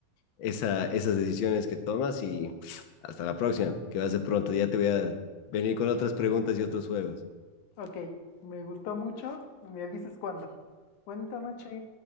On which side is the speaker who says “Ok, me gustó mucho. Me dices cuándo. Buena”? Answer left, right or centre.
Left